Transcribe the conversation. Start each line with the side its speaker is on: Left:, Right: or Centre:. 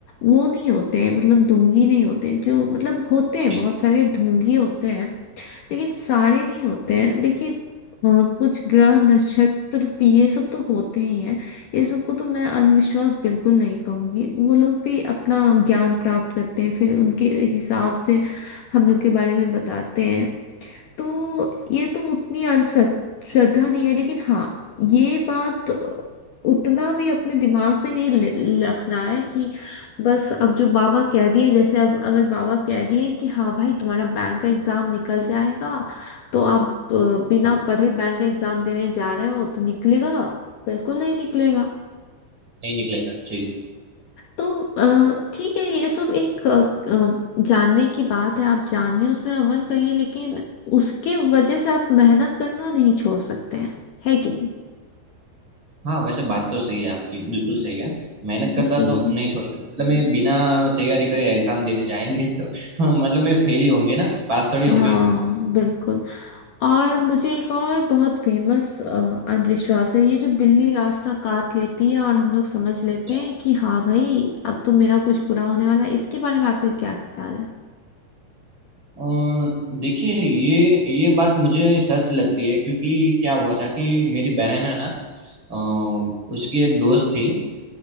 Left: वो नहीं होते हैं मतलब ढोंगी नहीं होते हैं। जो मतलब होते हैं
Right: जी
Left: बहुत सारे ढोंगी होते हैं लेकिन सारे नहीं होते हैं देखिए अ, कुछ ग्रह नक्षत्र तो ये सब तो होते ही हैं ये सबको तो मैं अंधविश्वास बिल्कुल नहीं कहूंगी वो लोग भी अपना ज्ञान प्राप्त करते हैं फिर उनके हिसाब से हम लोग के बारे में बताते हैं तो ये तो उतनी अंधश्रद्ध- श्रद्धा नहीं है लेकिन हाँ ये बात उतना भी अपने दिमाग में नहीं ले- रखना है कि बस अब जो बाबा कह दिए जैसे अब अगर बाबा कह दिए कि हाँ भाई तुम्हारा बैंक का एग्जाम निकल जाएगा तो आप अ, बिना
Right: हाँ
Left: पढ़े बैंक का एग्जाम देने जा रहे हो तो निकलेगा बिल्कुल नहीं निकलेगा
Right: नहीं निकलेगा जी
Left: तो अ, ठीक है ये सब एक अ, अ, जानने की बात है आप जानिए उसमें अमल करिए लेकिन उसके वजह से आप मेहनत करना नहीं छोड़ सकते हैं है कि नहीं
Right: हाँ वैसे बात तो सही है आपकी बिल्कुल सही है मेहनत करना
Left: जी
Right: तो नहीं छोड़ सकते मतलब मैं बिना तैयारी करे एग्जाम देने जाएंगे तो <laughs> मतलब मैं फेल ही होंगे ना पास थोड़ी होंगे
Left: हाँ बिल्कुल और मुझे एक और बहुत फेमस अंधविश्वास है ये जो बिल्ली रास्ता काट लेती है और हम लोग समझ लेते
Right: अच्छा,
Left: हैं कि हाँ भाई अब तो मेरा कुछ बुरा होने वाला है इसके बारे में आपका क्या ख्याल है
Right: अ, देखिए ये ये बात मुझे सच लगती है क्योंकि क्या हुआ था कि मेरी बहन है ना अ, उसकी एक दोस्त थी